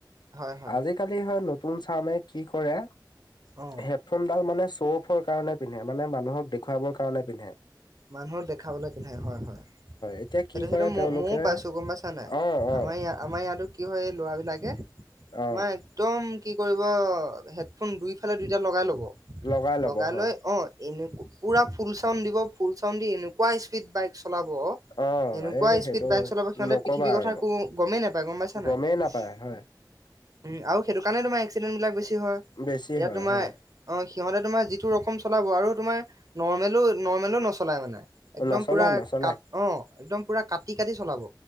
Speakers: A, on the right; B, on the left.
A: হয় হয়
B: আজিকালি হয় ন চে কি কৰে
A: অ
B: হেডফোনডাল মানে শ্ব' অফৰ কাৰণে পিন্ধে মানে ম মানুহক দেখুৱাবৰ কাৰণে পিন্ধে।
A: মানুহৰ দেখাবলৈ পিন্ধে হয় - হয় সেইটো
B: এতিয়া কি
A: -
B: কৰে
A: সেইটো ম
B: তেওঁলোকে
A: - ময়ও পাইছো গম পাইছা নাই।
B: অ অ
A: আমাৰ ই আমাৰ ইয়াতো কি হয় ল'ৰাবলাকে
B: অ
A: তোমাৰ একদম কি কৰিব হেডফোন দুইফালে দুইটা লগাই ল'ব
B: লগাই ল'ব হয়।
A: লৈ অ এনে পুৰা ফুল চাউন দিব ফুল চাউন দি এনেকুৱা স্পীড বাইক চলাব। এনেকুৱা
B: অ এই সেইটো
A: স্পীড বাইক চলাব সিহতে
B: নকবা
A: পৃথিৱীৰ কথা
B: আৰু
A: একো গমেই নাপায় গম পাইছা
B: গমেই
A: নাই।
B: নাপায় <inaudible>
A: উম, আৰু সেইটো কাৰণে তোমাৰ এক্সিডেন্ট বিলাক বেছি হয় এতিয়া
B: বেছি হয়
A: তোমাৰ
B: হয়
A: অ, সিহতে তোমাৰ যিটো ৰকম চলাব আৰু তোমাৰ নৰ্মেলো - নৰ্মেলো নচলায় মানে। একদম
B: নচলাই
A: পুৰা
B: নচলাই
A: ক অ, একদম পুৰা কাটি - কাটি চলাব।